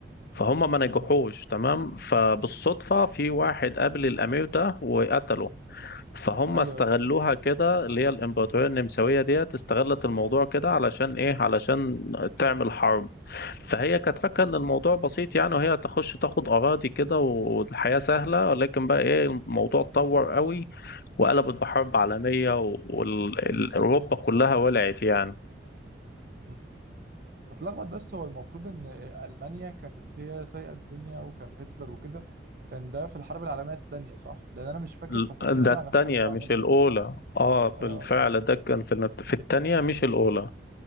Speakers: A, on the left; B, on the right.
A: فهم ما نجحوش
B: مم.
A: تمام فبالصدفة في واحد قابل الأمير ده وقتله فهم
B: أيوه
A: استغلوها
B: أيوه
A: كده اللي هي الإمبراطورية النمساوية ديت استغلت الموضوع كده علشان إيه علشان تعمل حرب فهي كانت فاكره ان الموضوع بسيط يعني وهي تخش تاخد اراضي كده والحياه سهله ولكن بقى ايه الموضوع اتطور قوي وقلبت بحرب عالميه واوروبا كلها ولعت يعني
B: مم. أنا بتلخبط بس هو المفروض إن ألمانيا كانت هي سايقة الدنيا وكان هتلر وكده كان ده في الحرب العالمية التانية صح؟ لأن أنا مش فاكر
A: ال-
B: تفاصيل
A: ده
B: قوي
A: التانية
B: عن الحرب العالمية
A: مش
B: الأولى
A: الأولى اه بالفعل
B: آه
A: ده كان في النت- في التانية مش الأولى